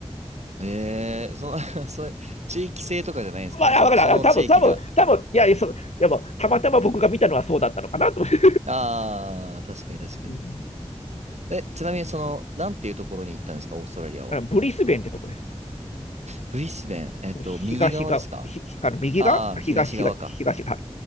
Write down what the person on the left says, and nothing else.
まあ、
あわかる。
多分、多分、多分、いや、いやそういやもうたまたま僕が見たのはそうだったのかなと思って。
うん
あのブリスベンってとこです。
東が、
ひひあの右が東が、
東が、